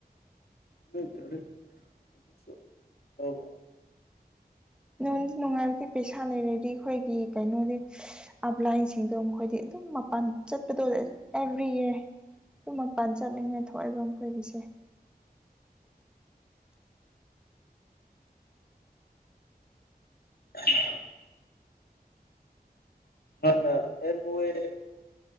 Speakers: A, on the left; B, in the centre.
A: <unintelligible>
B: ꯅꯨꯡꯗꯤ ꯅꯨꯡꯉꯥꯏꯕꯗꯤ ꯄꯩꯁꯥ ꯂꯩꯔꯗꯤ ꯑꯩꯈꯣꯏꯒꯤ ꯀꯩꯅꯣꯗꯤ ꯑꯞ ꯂꯥꯏꯟꯁꯤꯡꯗꯣ ꯃꯈꯣꯏꯗꯤ ꯑꯗꯨꯝ ꯃꯄꯥꯟ ꯆꯠꯄꯗꫭ ꯑꯦꯚ꯭ꯔꯤ ꯏꯌꯥꯔ ꯑꯗꯨ ꯃꯄꯥꯟ ꯆꯠꯅꯤꯡꯉꯦ ꯊꯣꯛꯏꯕ ꯃꯈꯣꯏꯒꯤꯁꯦ
A: <unintelligible> ꯍꯥꯟꯅ ꯑꯦꯝꯕꫭꯏꯑꯦ